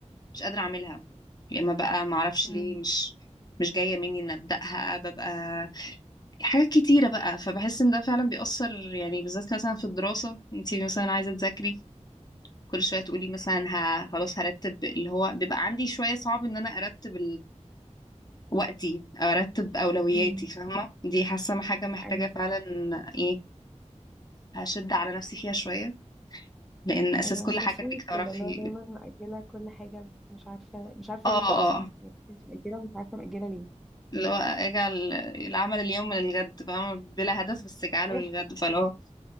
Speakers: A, on the left; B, in the centre.
A: مش قادره اعملها يا اما بقى ما اعرفش
B: امم
A: ليه مش مش جايه مني ان ابداها ببقى حاجات كتيره بقى فبحس ان ده فعلا بيأثر يعني بالذات مثلا في الدراسه انت مثلا عايزه تذاكري كل شويه تقولي مثلا ه... خلاص هرتب اللي هو بيبقى عندي شويه صعب ان انا ارتب وقتي ارتب اولوياتي
B: امم
A: فاهمه دي حاسه حاجه محتاجه
B: ايوه
A: فعلا ايه هشد على نفسي فيها شويه لان اساس
B: ايوه
A: كل
B: تسويف
A: حاجه انك تعرفي
B: كده اللي هو دايما مأجلة كل حاجة مش عارفة مش عارفة
A: اه
B: ليه
A: اه
B: اصلا يعني في ناس مأجلة ومش عارفة مأجلة ليه
A: اللي هو اجعل العمل اليوم للغد فاهمه بلا هدف بس اجعله
B: <laughs>
A: للغد فاللي هو